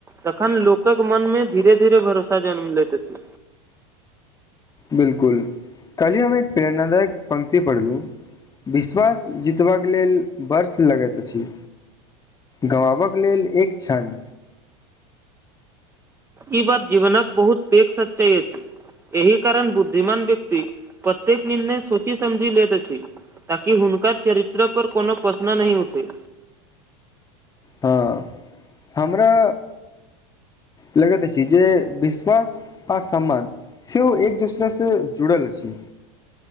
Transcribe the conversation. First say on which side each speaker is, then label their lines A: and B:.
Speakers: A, on the right; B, on the left.
A: तखन लोकक मन मे धीरे धीरे भरोसा जन्म लैत अछि
B: बिलकुल काल्हि हम एक प्रेरणादायक पंक्ति पढ़लू विश्वास जितबाक लेल वर्ष लगैत अछि गवाबक लेल एक क्षण
A: ई बात जीवनक बहुत पैघ सच्चाइ अछि एहि कारण बुद्धिमान व्यक्ति प्रत्येक निर्णय सोची समझी लैत अछि ताकि हुनका चरित्र पर कोनो प्रश्न नहि उठे
B: हँ हमरा लगैत अछि जे विश्वास आ सम्मान सेहो एक दूसरा से जुड़ल अछि